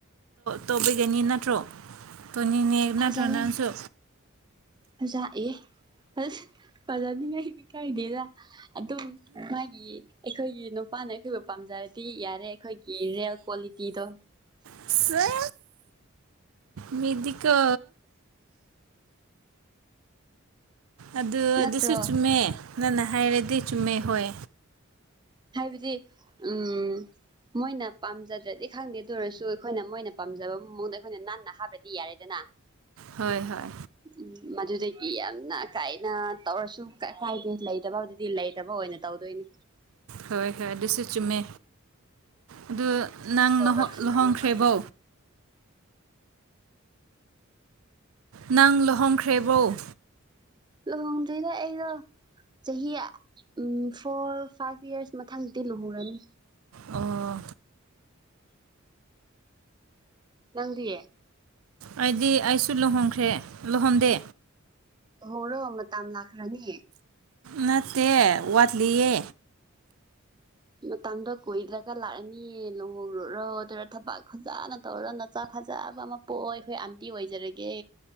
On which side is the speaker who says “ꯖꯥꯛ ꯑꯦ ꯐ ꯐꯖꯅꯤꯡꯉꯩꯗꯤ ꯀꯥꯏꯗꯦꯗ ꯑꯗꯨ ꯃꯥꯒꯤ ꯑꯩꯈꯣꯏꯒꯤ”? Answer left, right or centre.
Right